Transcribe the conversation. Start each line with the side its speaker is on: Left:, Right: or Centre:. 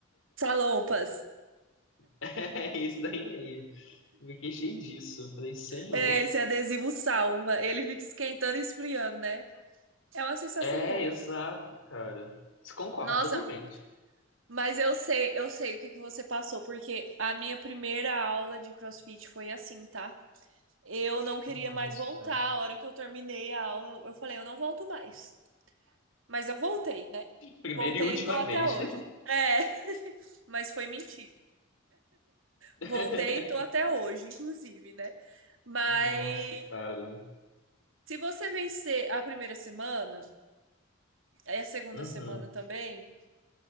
Right: Salompas.
Left: <laughs> É isso daí mesmo. Eu me queixei disso. Eu falei, senhor.
Right: É, esse adesivo salva. Ele fica esquentando e esfriando, né? É uma sensação
Left: É,
Right: boa.
Left: exato, cara. Concordo
Right: Nossa,
Left: totalmente.
Right: mas eu sei, eu sei o que que você passou, porque a minha primeira aula de CrossFit foi assim, tá? Eu não queria
Left: Nossa.
Right: mais voltar. A hora que eu terminei a aula, eu falei, eu não volto mais. Mas eu voltei, né?
Left: Primeira
Right: Voltei
Left: e última
Right: e tô até
Left: vez.
Right: hoje. É, <laughs> mas foi mentira.
Left: <laughs>
Right: Voltei e tô até hoje, inclusive, né? Mas
Left: Nossa, cara.
Right: se você vencer a primeira semana, aí a segunda
Left: Uhum.
Right: semana também,